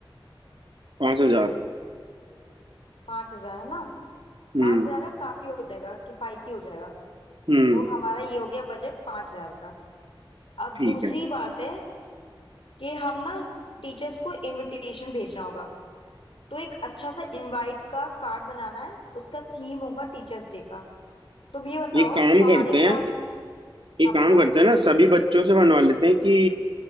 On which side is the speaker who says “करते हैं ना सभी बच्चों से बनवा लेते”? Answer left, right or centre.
Right